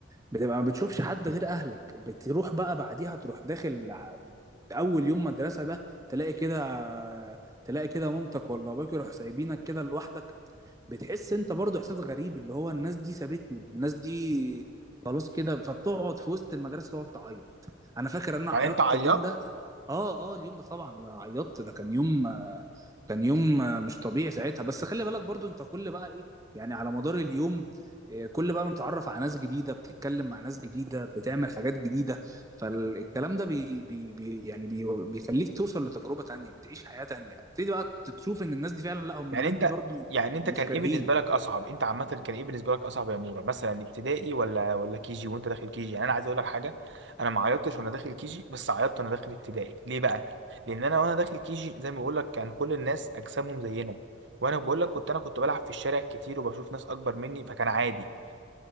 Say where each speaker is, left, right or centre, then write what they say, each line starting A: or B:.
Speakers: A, on the right; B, on the right.
A: بتبقى ما بتشوفش حد غير اهلك بتروح بقى بعديها تروح داخل ع- اول يوم مدرسة ده تلاقي كده تلاقي كده مامتك ولا باباك يروح سايبينك كده لوحدك بتحس انت برضو احساس غريب اللي هو الناس دي سابتني الناس دي خلاص كده فبتقعد في وسط المدرسة تقعد تعيط انا فاكر ان انا
B: يعني
A: عيطت
B: انت عيطت
A: اليوم ده اه اه اليوم ده طبعا عيطت ده كان يوم آه، كان يوم آه، مش طبيعي ساعتها بس خلي بالك برضو انت كل بقى ايه يعني على مدار اليوم آه، كل بقى ما بتتعرف على ناس جديدة بتتكلم مع ناس جديدة بتعمل حاجات جديدة فالكلام ده بي بي بي يعني بي بيخليك توصل لتجربة تانية بتعيش حياة تانية بتبتدي بقى تشوف ان الناس دي فعلا لا هم
B: يعني
A: الناس
B: انت
A: دي برضو
B: يعني انت
A: مش
B: كان
A: كارهين
B: ايه بالنسبه لك اصعب انت عامه كان ايه بالنسبه لك اصعب يا مورا مثلا ابتدائي ولا ولا كي جي وانت داخل كي جي يعني انا عايز اقول لك حاجه انا ما عيطتش وانا داخل كي جي بس عيطت وانا داخل ابتدائي ليه بقى لان انا وانا داخل كي جي زي ما بقول لك كان كل الناس اجسامهم زينا وانا بقول لك كنت انا كنت بلعب في الشارع كتير وبشوف ناس اكبر مني فكان عادي